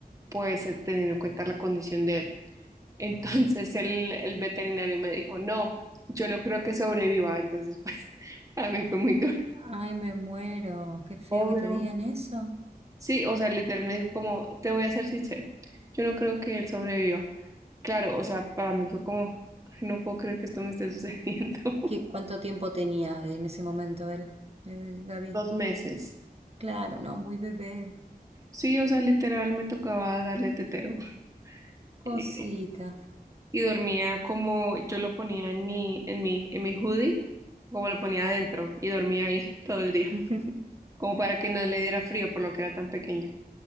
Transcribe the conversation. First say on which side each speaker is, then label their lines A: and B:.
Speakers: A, on the right; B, on the right.
A: pues eh, teniendo en cuenta la condición de él. <laughs> Entonces el, el veterinario me dijo, no, yo no creo que sobreviva, entonces pues <laughs> a mí fue muy duro.
B: Ay, me muero. Qué feo
A: Obvio.
B: que te digan eso.
A: Sí, o sea, literal me dijo como, te voy a ser sincero, yo no creo que él sobreviva. Claro, o sea, para mí fue como, "Ay, no puedo creer que esto me esté sucediendo. <laughs>
B: ¿Qué, cuánto tiempo tenía en ese momento él, el Gaby?
A: Dos meses.
B: Claro, no, muy bebé.
A: Sí, o sea, literal me tocaba darle tetero.
B: Cosita.
A: <laughs> y dormía como yo lo ponía en mi, en mi, en mi hoodie, como lo ponía adentro y dormía ahí <laughs> todo el día,
B: <laughs>
A: como para que no le diera frío por lo que era tan pequeño.